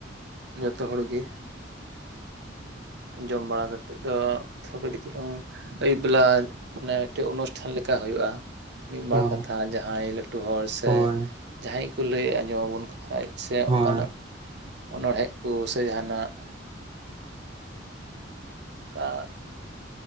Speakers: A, on the right (about 60°); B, on the right (about 25°).
A: ᱡᱚᱛᱚ ᱦᱚᱲ ᱜᱮ ᱡᱚᱢ ᱵᱟᱲᱟ ᱠᱟᱛᱮᱫ ᱫᱚ ᱛᱷ ᱠᱟᱹᱴᱤᱡ ᱪᱩᱞᱚᱝ ᱟᱹᱭᱩᱵ ᱵᱮᱞᱟ ᱢᱟᱱᱮ ᱢᱤᱫᱴᱮᱱ ᱚᱱᱩᱥᱴᱷᱟᱱ ᱞᱮᱠᱟ ᱦᱩᱭᱩᱜᱼᱟ ᱾ ᱢᱤᱫ ᱵᱟᱨ
B: ᱦᱮᱸ
A: ᱠᱟᱛᱷᱟ ᱡᱟᱦᱟᱸᱭ ᱞᱟᱹᱴᱩ ᱦᱚᱲ ᱥᱮ
B: ᱦᱳᱭ
A: ᱡᱟᱦᱟᱸᱭ ᱠᱚ ᱞᱟᱹᱭ ᱟᱸᱡᱚᱢ ᱟᱵᱚᱱ ᱠᱷᱟᱡ, ᱥᱮ
B: ᱦᱳᱭ
A: ᱚᱱᱠᱟᱱᱟᱜ ᱚᱱᱚᱬᱦᱮᱸ ᱠᱚ ᱥᱮ ᱡᱟᱦᱟᱱᱟᱜ ᱚᱠᱟ